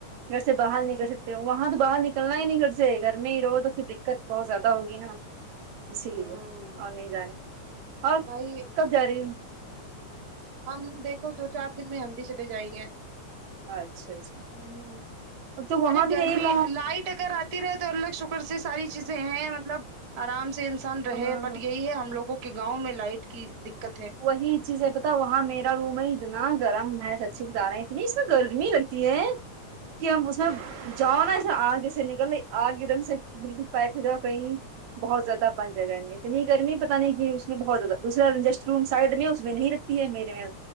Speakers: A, on the right (about 75°); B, on the right (about 55°).
A: گھر سے باہر نکل سکتے ہو وہاں تو باہر نکلنا ہی نہیں گھر سے گھر میں ہی رہو تو پھر دقت بہت زیادہ ہوگی نا اسی
B: ہاں
A: لیے اور نہیں جانا اور
B: بھائی
A: کب جا رہی
B: ہم دیکھو دو چار دن میں ہم بھی چلے جائیں گے
A: اچھا اچھا
B: ہم
A: تو وہاں
B: ارے
A: بھی
B: گرمی
A: یہی
B: لائٹ کر اتی رہے تو اللہ شکر سے ساری چیزیں ہیں مطلب ارام سے انسان رہے
A: ہاں
B: بٹ یہی ہے ہم لوگوں کے گاؤں میں لائٹ کی دقت ہے
A: وہی چیز ہے پتا وہاں میرا روم ہے اتنا گرم ہے سچی بتا رہے ہیں اتنی اس میں گرمی لگتی ہے کہ ہم اس میں جاؤ نا اسے اگ جیسے نکل اگ ایک دم سے بالکل پیک جگہ گی بہت زیادہ بند جگہ اتنی گرمی پتا نہیں کہ اس میں بہت زیاہ دوسرا اڈجسٹ روم سائڈ میں اس میں نہیں رکھتی ہے میرے میں